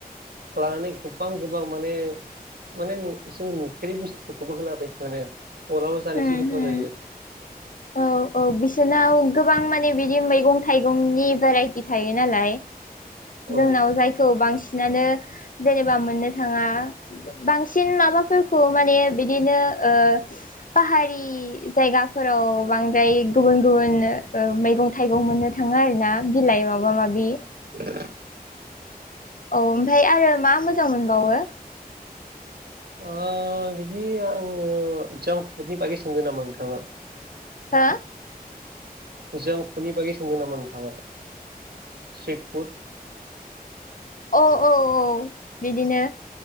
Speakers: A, on the right (about 80°); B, on the left (about 60°).
A: लानानै गोबां गोबां माने माने नु जों नुफेरै बुस्थुफोरखौबो होलाबाय माने। अलाबो जानोसै
B: होम
A: गोथाव
B: होम
A: जायो।
B: औ औ बिसोरनाव गोबां माने बिदि मैगं थाइगंनि भेराइटि थायो नालाय।
A: औ
B: जोंनाव जायखौ बांसिनानो जेनेबा मोननो थाङा बांसिन माबाफोरखौ माने बिदिनो ओ पाहारि जायगाफोराव बांद्राय गुबुन गुबुन मैगं थाइगं मोननो थाङो आरोना बिलाइ माबा माबि।
A: ए
B: औ ओमफ्राय आरो मा मोजां मोनबावो?
A: ओ बिदि आङो जांफुटनि बागै सोंदों नामा नोंथाङा?
B: हा?
A: जों फुडनि बागै सोंगोन ना मोन थाङा? स्ट्रिट फुड
B: औ औ औ बिदिनो